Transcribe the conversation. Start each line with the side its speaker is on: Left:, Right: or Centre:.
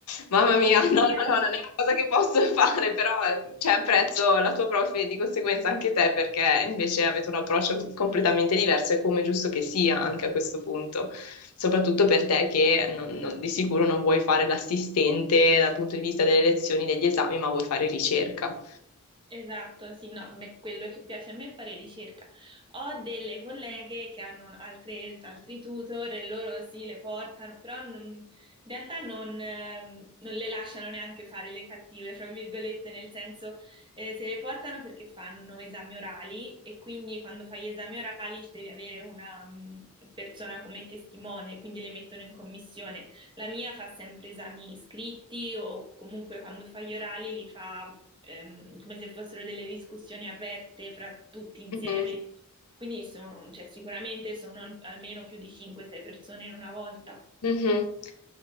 Left: Mamma mia,
Right: Oddio.
Left: <laughs> no, no, no, non è una cosa che posso <laughs> fare, però cioè, apprezzo la tua prof e di conseguenza anche te perché invece avete un approccio completamente diverso e come è giusto che sia anche a questo punto, soprattutto per te che non- non- di sicuro non vuoi fare l'assistente dal punto di vista delle lezioni, degli esami, ma vuoi fare ricerca.
Right: Esatto, sì, no, me- quello che piace a me è fare ricerca. Ho delle colleghe che hanno altre- altri tutor e loro sì, le portano, però non- in realtà non, ehm, non le lasciano neanche fare le cattive, fra virgolette, nel senso eh, se le portano perché fanno esami orali e quindi quando fai gli esami orali ci devi avere una mm, persona come testimone, quindi le mettono in commissione. La mia fa sempre esami iscritti o comunque quando fa gli orali li fa ehm, come se fossero delle discussioni aperte fra tutti insieme.
Left: Mhm,
Right: Quindi sono- cioè, sicuramente sono al- almeno più di 5-6 persone in una volta.
Left: mhm.